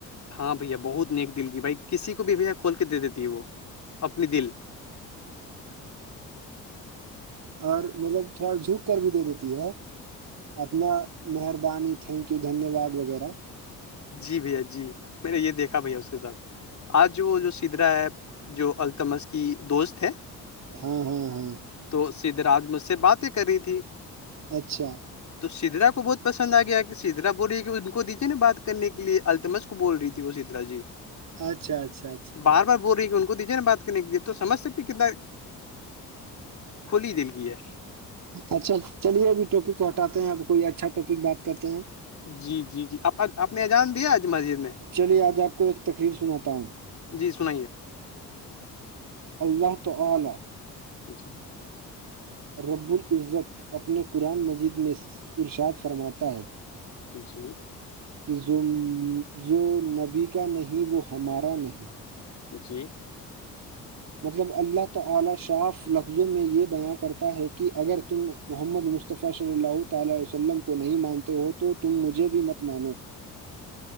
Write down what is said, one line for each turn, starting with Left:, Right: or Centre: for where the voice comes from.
Left: ہاں بھیا بہت نیک دل کی بھائی کسی کو بھیہ کھول کے دے دیتی ہے وہ اپنی دل
Right: اور مطلب تھوڑا جھک کر بھی دے دیتی ہے اپنا مہربانی تھینک یو دھنیہ واد وغیرہ
Left: جی بھیا جی میں نے یہ دیکھا بھیا اس کے ساتھ آج وہ جو سدرا ہے جو التمز کی دوست ہے
Right: ہاں ہاں ہاں
Left: تو سدھ راج مجھ سے باتیں کر رہی تھی
Right: اچھا
Left: تو سدرا کو بہت پسند آ گیا کہ سدرا بولی کہ ان کو دیجیے نا بات کرنے کے لیے التمج کو بول رہی تھی وہ سترا جی
Right: اچھا اچھ اچھا
Left: بار بار ب رہی کہ ان کو دیجیےا بات تو سمجھ سکتی کتنا کھلی دل کی ہے
Right: اچھا چلیے ابھی ٹاپک کو ہٹاتے ہیں اب کوئی اچھا ٹاپک بات کرتے ہیں
Left: جی جی جی آپ نے اجان دیا آج مسجد میں
Right: چلیے آج آپ کو ایک تقریب سناتا ہوں
Left: جی سنائیے
Right: اللہ تعالی
Left: اچھا
Right: رب العزت اپنے قرآن مجید میں ارشاد فرماتا ہے
Left: جی
Right: کہ جو جو نبی کا نہیں وہ ہمارا نہیں
Left: جی
Right: مطلب اللہ تعالی شاف لفظوں میں یہ بیاں کرتا ہے کہ اگر تم محمد مصطفی صلی اللہ تعالی عیہ وسلم کو نہیں مانتے ہو تو تم مجھے بھی مت مانو